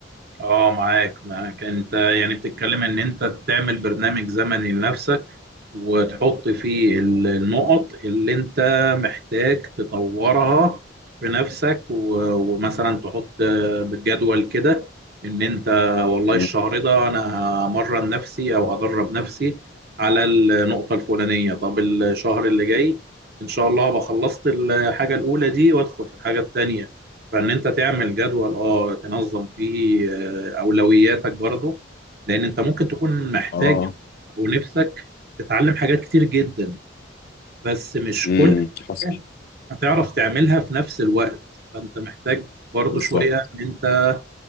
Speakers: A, on the right; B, on the left.
A: اه معاك معاك انت يعني بتتكلم ان انت تعمل برنامج زمني لنفسك وتحط فيه ال- النقط اللي انت محتاج تطورها في نفسك و- ومثلا تحط بالجدول كده ان انت والله
B: مم.
A: الشهر ده انا همرن نفسي او هدرب نفسي على النقطة الفلانية طب الشهر اللي جاي ان شاء الله هبقى خلصت الحاجة الاولى دي وادخل في الحاجة التانية فان انت تعمل جدول اه تنظم فيه اولوياتك برضه لان انت ممكن تكون محتاج
B: اه
A: او نفسك تتعلم حاجات كتير جدا بس مش
B: امم
A: كل
B: حصل
A: حاجة هتعرف تعملها في نفس الوقت فانت محتاج برضه
B: بالظبط
A: شويه ان انت